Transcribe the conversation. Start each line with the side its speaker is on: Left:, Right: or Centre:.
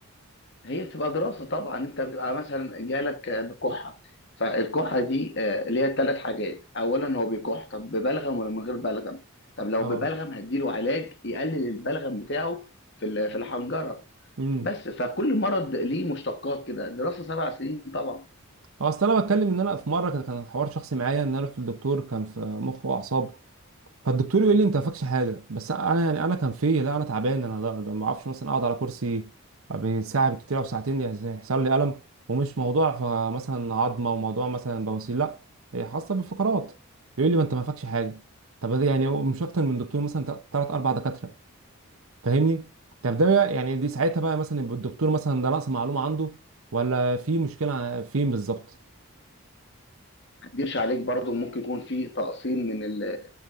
Left: هي بتبقى دراسه طبعا انت بتبقى مثلا جالك آه، بكحه فالكحه دي آه، ليها ثلاث حاجات اولا هو بيكح طب ببلغم ولا من غير بلغم طب لو
Right: اه
Left: ببلغم هديله علاج يقلل البلغم بتاعه في ال- في الحنجره
Right: امم
Left: بس فكل مرض ليه مشتقات كده دراسة سبع سنين طبعا ما
Right: اصل انا بتكلم ان انا في مره كان كان حوار شخصي معايا ان انا رحت للدكتور كان في مخ واعصاب فالدكتور يقول لي انت ما فاكش حاجه بس انا يعني انا كان في لا انا تعبان انا ده- ده ما اعرفش مثلا اقعد على كرسي ساعه بالكتير او ساعتين يعني يحصل لي الم ومش موضوع فمثلا عظمه وموضوع مثلا بواسير لا هي خاصه بالفقرات يقول لي ما انت ما فاكش حاجه طب ده يعني مش اكتر من دكتور مثلا ثلاث اربع دكاتره فاهمني طب ده بقى- يعني دي ساعتها بقى مثلا يبقى الدكتور مثلا ده نقص معلومه عنده ولا في مشكله فين بالظبط
Left: اكدبش عليك برضو ممكن يكون في تقصير من ال-